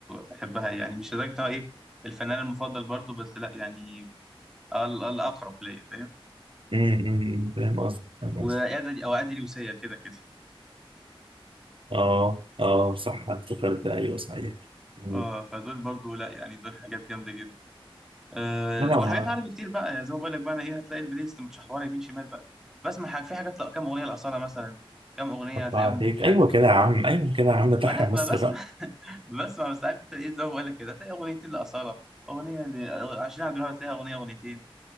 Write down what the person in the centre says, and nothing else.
بحبها يعني مش لدرجه إن هو ايه الفنان المفضل برضو بس لا يعني ال- الاقرب ليا فاهم
وادي
او ادي لوسية كده كده
اه فدول برضو لا يعني دول حاجات جامده جدا أه
وحاجات
عربي كتير بقى يعني زي ما بقول لك بقى انا ايه هتلاقي البلاي ليست متشحوره يمين شمال بقى بسمع حاجة في حاجات لا كام اغنيه لاصالة مثلا كام اغنيه
هتلاقيهم
اللي مش
عارف لمين
اه لا
ما بسمع
<laughs> بسمع بس عارف انت ايه زي ما بقول لك كده هتلاقي اغنيتين لاصالة اغنيه ل 20 عبد الوهاب هتلاقيها اغنيه اغنيتين